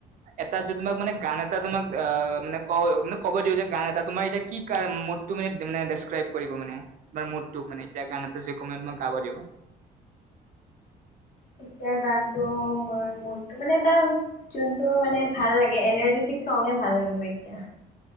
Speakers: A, on the right; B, on the left.
A: এটা যে তোমাক মানে গান এটা তোমাক অ ম ক মানে ক'ব দিওঁ যে গান এটা তোমাৰ এতিয়া কি কাৰ মুডটো মানে মে ডেচক্ৰাইব কৰিব মানে তোমাৰ মুডোক মানে তে গান ত চ কমেণ্ট মই গাাব দিব
B: এতিয়া গানটো মই মোডটো মানে এটা যোনটো মানে ভাল লাগে এনাৰ্জেটিক চঙে ভাল লাগিব এতিয়া